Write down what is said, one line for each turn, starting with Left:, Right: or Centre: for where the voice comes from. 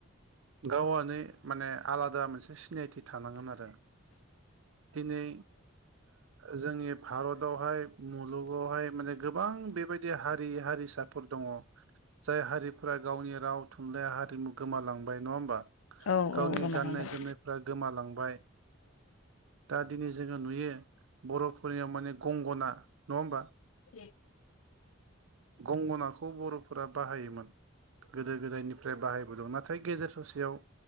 Right: गावआनो माने आलादा मोनसे सिनायथि थानांगोन आरो दिनै जोंनि भारतदावहाय मुलुगावहाय माने गोबां बेबायदि बिदि हारि हारिसाफोर दङ। जाय हारिफोरा गावनि राव थुनलाइ हारिमु गोमालांबाय नङा होमबा?
Left: औ
Right: गावनि
Left: औ गोमालांबाय
Right: गाननाय जोमनायफ्रा गोमालांबाय दा दिनै जोङो नुयो बर'फोरनियाव माने गंगना नङा होमबा
Left: दे
Right: गंगनाखौ बर'फोरा बाहायोमोन गोदो गोदायनिफ्राय बाहाय दं नाथाय गेजेर ससेयाव